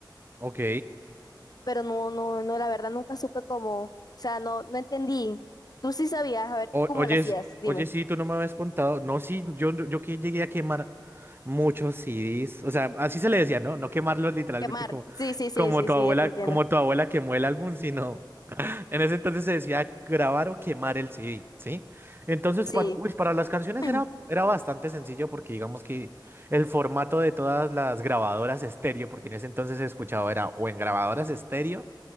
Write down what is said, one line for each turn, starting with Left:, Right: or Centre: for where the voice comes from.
Right: Ok.
Left: pero no, no, no, la verdad nunca supe cómo, o sea, no, no entendí. Tú sí sabías, a ver,
Right: O-
Left: ¿tú cómo
Right: oye,
Left: lo hacías?
Right: s-
Left: Dime.
Right: oye, sí, tú no me habías contado. No, sí, yo, yo que llegué a quemar muchos CDs. O sea, así se le decía, ¿no? No quemarlos literalmente
Left: Quemar.
Right: como,
Left: Sí, sí, sí,
Right: como
Left: sí,
Right: tu
Left: sí,
Right: abuela,
Left: ya te entiendo.
Right: como tu abuela quemó el álbum, sino. <laughs> En ese entonces se decía grabar o quemar el CD, ¿sí? Entonces,
Left: Sí.
Right: para, uy, para las canciones
Left: <clears throat>
Right: era, era bastante sencillo porque digamos que el formato de todas las grabadoras estéreo, porque en ese entonces se escuchaba era o en grabadoras estéreo